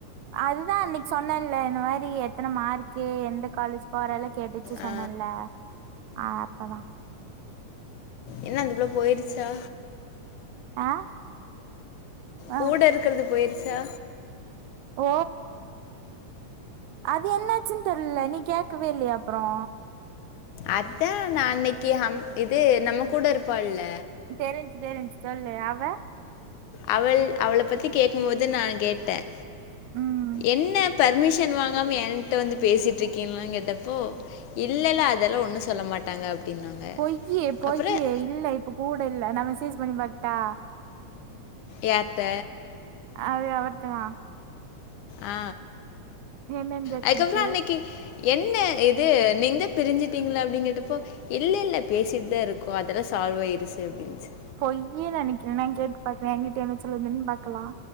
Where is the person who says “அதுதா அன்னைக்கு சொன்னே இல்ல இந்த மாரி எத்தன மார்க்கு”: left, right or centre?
Right